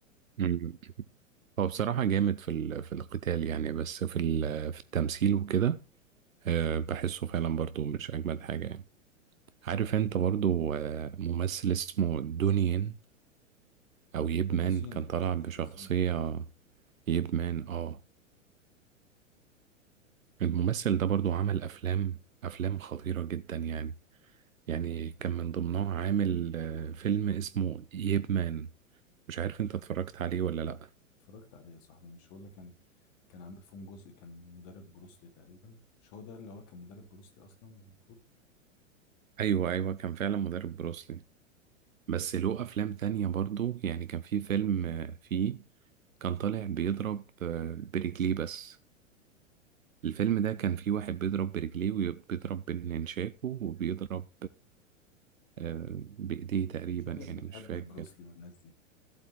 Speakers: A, on the right; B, on the left.
A: مم. هو بصراحة جامد في ال... في القتال يعني بس في ال... في التمثيل وكده آه، بحسه فعلا برضو مش أجمد حاجة يعني عارف انت برضو آه، ممثل اسمه دونيين او ييب
B: ده
A: مان
B: ده صيني
A: كان طالع
B: ده ده
A: بشخصية
B: ده صيني
A: ييب مان اه الممثل ده برضو عمل افلام افلام خطيرة جدا يعني يعني كان من ضمنها عامل آه، فيلم اسمه ييب مان مش عارف انت اتفرجت عليه ولا لأ
B: اتفرجت عليه يا صاحبي مش هو اللي كان كان عامل فيهم جزء كان مدرب بروسلي تقريبا مش هو ده اللي هو كان مدرب بروسلي اصلا المفروض
A: ايوه ايوه كان فعلا مدرب بروسلي بس له افلام تانية برضو يعني كان في فيلم آه، فيه كان طالع بيضرب آه، برجليه بس الفيلم ده كان فيه واحد بيضرب برجليه وبيضرب بالنشاكو وبيضرب آه، بإيديه تقريبا
B: شكلك بتحب
A: يعني مش فاكر
B: بروسلي والناس دي